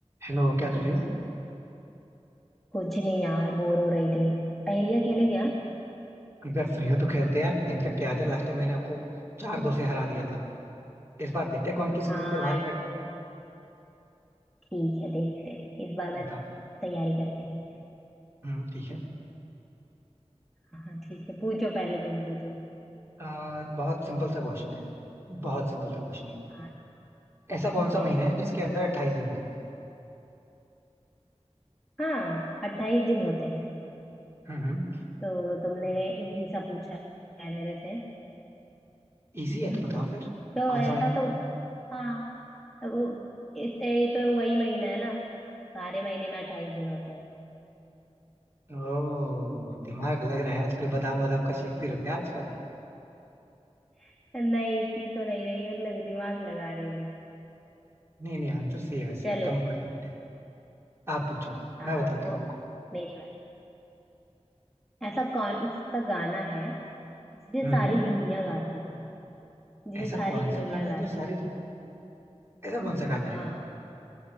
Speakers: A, on the right; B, in the centre.
A: Hello क्या कर रहे हो
B: कुछ नहीं यार बोर हो रही थी पहेलियां खेले क्या
A: अगर फ्री हो तो खेलते हैं यार इनफेक्ट याद है लास्ट टाइम मैंने आपको चार दो से हरा दिया था इस बार देखते हैं कौन किसके
B: हाँ
A: ऊपर भारी पड़ता है
B: ठीक है देखते हैं इस बार मैं
A: मुकाबला।
B: तैयारी करके नहीं
A: हम्म ठीक है
B: हाँ ठीक है पूछो पहले तुम पूछो
A: आ, बहुत सिंपल सा क्वेश्चन है बहुत सिंपल सा क्वेश्चन है
B: हाँ ठीक
A: ऐसा कौन सा
B: है
A: महीना है जिसके अंदर अट्ठाईस दिन होते हैं
B: हाँ अट्ठाईस दिन होते हैं
A: हम्म
B: तो तुमने इजी सा पूछा है मेरे से
A: इजी
B: <laughs>
A: है तो बताओ फिर
B: तो
A: कौन
B: ऐसा
A: सा महीना होता
B: तो
A: है
B: हाँ तो वो इस- ये तो वही महीना है ना सारे महीने में अट्ठाईस दिन होते हैं
A: ओ दिमाग लग रहा है आजकल बादाम वादाम का शेक पी रहे हो क्या आजकल
B: <laughs> नहीं इतनी तो नहीं रही हूँ लग दिमाग लगा रही हूँ देखो
A: नहीं नहीं आंसर सही है वैसे
B: चलो
A: एकदम परफेक्ट है आप पूछो
B: हाँ
A: मैं बताता
B: तो
A: हूँ आपको
B: मेरी बात ऐसा कौन सा गाना है जिसे
A: हम्म
B: सारी दुनिया गाती है जिसे
A: ऐसा
B: सारी
A: कौन
B: दुनिया
A: सा गाना
B: गाती
A: है जो सारी
B: है
A: ऐसा कौन सा गाना है
B: हाँ